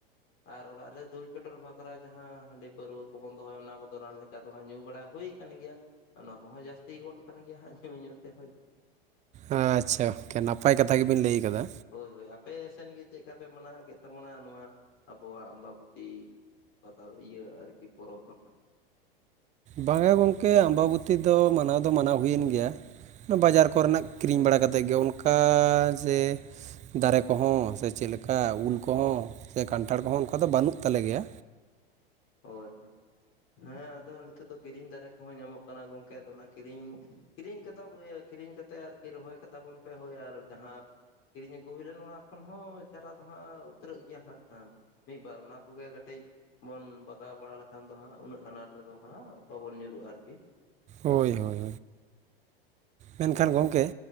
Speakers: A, on the left; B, on the right.
A: ᱟᱨ ᱚᱲᱟᱜ ᱨᱮ ᱫᱩᱞ ᱪᱚᱰᱚᱨ ᱵᱟᱠᱷᱨᱟ ᱡᱟᱦᱟᱸ ᱦᱟᱺᱰᱤ ᱯᱟᱹᱨᱣᱟᱹ ᱠᱚᱵᱚᱱ ᱫᱚᱦᱚ ᱚᱱᱟ ᱠᱚᱫᱚ ᱨᱟᱱ ᱞᱮᱠᱟ ᱫᱚ ᱦᱟᱸᱜ ᱧᱩ ᱵᱟᱲᱟ ᱦᱩᱭ ᱠᱟᱱ ᱜᱮᱭᱟ ᱟᱨ ᱱᱚᱣᱟ ᱠᱚᱦᱚᱸ ᱡᱟᱹᱥᱛᱤ ᱜᱚᱫᱚᱜ ᱠᱟᱱ ᱜᱮᱭᱟ ᱦᱟᱸᱜ ᱧᱩᱼᱧᱩ ᱛᱮ ᱦᱳᱭ᱾
B: ᱟᱪᱪᱷᱟ ᱱᱟᱯᱟᱭ ᱠᱟᱛᱷᱟ ᱜᱮᱵᱤᱱ ᱞᱟᱹᱭ ᱟᱠᱟᱫᱟ᱾
A: ᱦᱳᱭ ᱦᱳᱭ ᱟᱯᱮ ᱥᱮᱱ ᱜᱮ ᱪᱮᱫ ᱞᱮᱠᱟ ᱯᱮ ᱢᱟᱱᱟᱣ ᱠᱮᱫ ᱛᱟᱵᱚᱱᱟ ᱱᱚᱣᱟ ᱟᱵᱚᱣᱟᱜ ᱟᱢᱵᱟᱵᱚᱛᱤ? ᱯᱟᱛᱟᱣ ᱤᱭᱟᱹ ᱟᱨᱠᱤ ᱯᱚᱨᱚᱵᱽ ᱫᱚ ᱦᱟᱸᱜ
B: ᱵᱟᱝᱟ ᱜᱚᱢᱠᱮ ᱟᱢᱵᱟᱵᱚᱛᱤ ᱫᱚ ᱢᱟᱱᱟᱣ ᱫᱚ ᱢᱟᱱᱟᱣ ᱦᱩᱭᱮᱱ ᱜᱮᱭᱟ᱾ ᱵᱟᱡᱟᱨ ᱠᱚᱨᱮᱱᱟᱜ ᱠᱤᱨᱤᱧ ᱵᱟᱲᱟ ᱠᱟᱛᱮᱫ ᱜᱮ ᱚᱱᱠᱟ ᱡᱮ ᱫᱟᱨᱮ ᱠᱚᱦᱚᱸ ᱥᱮ ᱪᱮᱫᱽᱠᱟ ᱩᱞ ᱠᱚᱦᱚᱸ ᱥᱮ ᱠᱟᱱᱴᱷᱟᱲ ᱠᱚᱦᱚᱸ ᱚᱱᱠᱟ ᱫᱚ ᱵᱟᱹᱱᱩᱜ ᱛᱟᱞᱮ ᱜᱮᱭᱟ᱾
A: ᱦᱳᱭ ᱦᱳᱭ ᱦᱮᱸ ᱟᱫᱚ ᱱᱤᱛᱚᱜ ᱫᱚ ᱠᱤᱨᱤᱧ ᱫᱟᱨᱮ ᱠᱚᱦᱚᱸ ᱧᱟᱢᱚᱜ ᱠᱟᱱᱟ ᱠᱟᱱᱟ ᱜᱚᱝᱠᱮ ᱟᱫᱚ ᱚᱱᱟ ᱠᱤᱨᱤᱧ ᱠᱤᱨᱤᱧ ᱠᱟᱛᱟ ᱠᱤᱨᱤᱧ ᱠᱟᱛᱮ ᱟᱨᱠᱤ ᱨᱚᱦᱚᱭ ᱠᱟᱛᱟ ᱵᱚᱱ ᱯᱮ ᱦᱳᱭ ᱟᱨ ᱡᱟᱦᱟᱸ ᱠᱤᱨᱤᱧ ᱟᱹᱜᱩ ᱦᱩᱭ ᱞᱮᱱ ᱚᱱᱟ ᱠᱷᱚᱱ ᱦᱚᱸ ᱪᱟᱨᱟ ᱫᱚ ᱦᱟᱸᱜ ᱩᱛᱟᱹᱨᱟᱹᱜ ᱜᱮᱭᱟ ᱦᱟᱸᱜ ᱠᱷᱟᱱ ᱢᱤᱫᱵᱟᱨ ᱚᱱᱟᱠᱚᱜᱮ ᱠᱟᱹᱴᱤᱡ ᱵᱚᱱ ᱵᱟᱜᱟᱣ ᱵᱟᱲᱟ ᱞᱮᱠᱷᱟᱱ ᱫᱚ ᱦᱟᱸᱜ ᱩᱱᱟᱹᱜ ᱟᱱᱟᱴ ᱨᱮᱫᱚ ᱦᱟᱸᱜ ᱵᱟᱵᱚᱱ ᱧᱩᱨᱩᱜ-ᱟ ᱟᱨᱠᱤ
B: ᱦᱳᱭ ᱦᱳᱭ ᱢᱮᱱᱠᱷᱟᱱ ᱜᱚᱝᱠᱮ